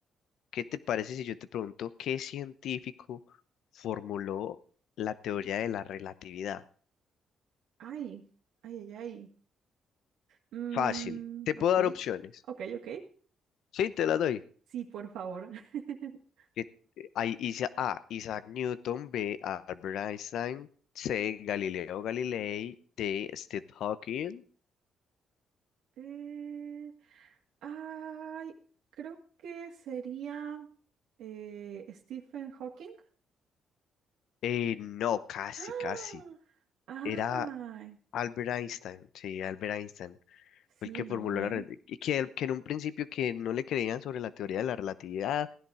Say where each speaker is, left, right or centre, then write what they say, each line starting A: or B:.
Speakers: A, on the left; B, on the right.
A: ¿qué te parece si yo te pregunto qué científico formuló la teoría de la relatividad?
B: Ay, ay, ay, ay. Mm,
A: Fácil, te puedo
B: ok,
A: dar opciones.
B: ok, ok.
A: Sí, te las doy.
B: Sí, por favor. <laughs>
A: que hay Isa- A. Isaac Newton, B. Albert Einstein, C. Galileo Galilei, D. Steve Hawking.
B: Eh, ay, creo que sería eh, Stephen Hawking.
A: Eh, no, casi,
B: ¡Ah!
A: casi.
B: Ay,
A: Era Albert Einstein, sí, Albert Einstein.
B: sí,
A: Fue el que
B: no,
A: formuló
B: ¿eh?
A: la... re- y Que, que en un principio que no le creían sobre la teoría de la relatividad